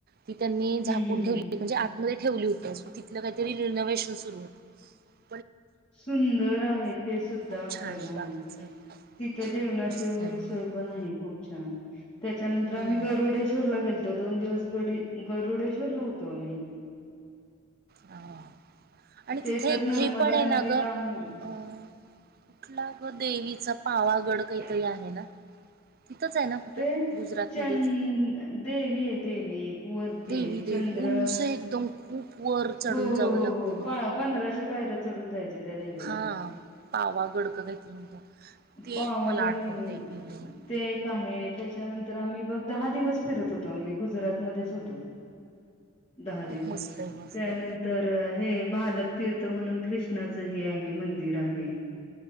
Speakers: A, on the right; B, on the left.
A: ती त्यांनी
B: हम्म
A: झाकून
B: हम्म
A: ठेवली
B: हम्म हम्म.
A: म्हणजे आतमध्ये ठेवली होती तिथलं काहीतरी रिनोव्हेशन सुरू होत
B: सुंदर आहे ते सुद्धा
A: खूप
B: अक्षरधाम
A: छान आहे बाकीचं
B: तिथं जेवणाची
A: मस्त
B: ची वगैरे
A: आहे मंदिर
B: सोय पण आहे खूप छान त्याच्यानंतर
A: हम्म
B: आम्ही गरुडेश्वरला गेलो दोन दिवस गरुडेश्वर ला होतो आम्ही
A: ह आणि
B: ते
A: तिथे
B: तर नर्मदा
A: हे पण आहे ना
B: नदी दांग
A: कुठला बर देवीचा पावागड काहीतरी आहे ना तिथंच आहे ना कुठं
B: ते
A: गुजरातमध्येच
B: चन देवी आहे देवी एक वरती
A: देवी देवी
B: चंद्र
A: उंच एकदम खूप वर चढून
B: हो हो
A: जावं
B: हो
A: लागतं
B: हो
A: बघ
B: पंधराशे पायऱ्या चढून जायचे त्या देवीला
A: हा पावा गडक काही तर म्हणतात ते
B: पावागड
A: एक मला आठवतंय
B: नाहीये.
A: भेलेला
B: ते एक आहेत त्याच्यानंतर आम्ही बघ दहा दिवस फिरत होतो आम्ही गुजरात मध्येच होतो दहा दिवस
A: खूप मस्त आहे मस्त
B: त्यानंतर
A: आहे.
B: हे भालक तीर्थ म्हणून कृष्णाच हे आहे मंदिर आहे